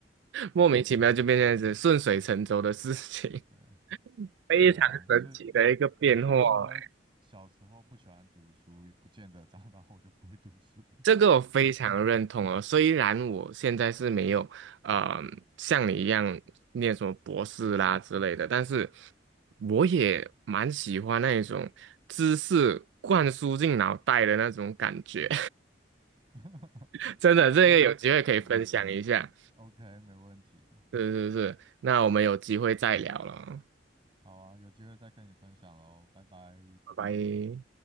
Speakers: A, on the right; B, on the right.
A: 对
B: 莫名其妙就变这样子，顺水成舟的事情，
A: 对
B: 非常神奇的一个变化欸。
A: 对啊，所以所以说小时候不喜欢读书，不见得长大后就不会读书。
B: 这个我非常认同哦。虽然我现在是没有，呃，像你一样念什么博士啦之类的，但是我也蛮喜欢那一种知识灌输进脑袋的那种感觉。
A: <laughs>
B: <laughs> 真的，这个有机会可以分享一下。
A: 就是嗯，OK，没问题。
B: 是是是，那我们有机会再聊了，
A: 好啊，有机会再跟你分享喽，拜拜。
B: 拜拜。